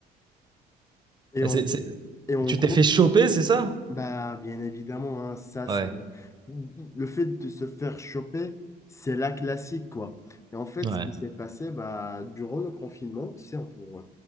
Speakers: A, on the left; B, on the right.
A: Et
B: Et
A: en,
B: c'est, c'est-
A: et en
B: Tu
A: gros,
B: t'es fait choper, c'est ça?
A: bah, bien évidemment, hein, ça,
B: Ouais,
A: c'est le fait de se faire choper, c'est la classique, quoi. Et en fait,
B: ouais,
A: ce qui s'est passé, bah, durant le confinement, tu sais, on pourrait,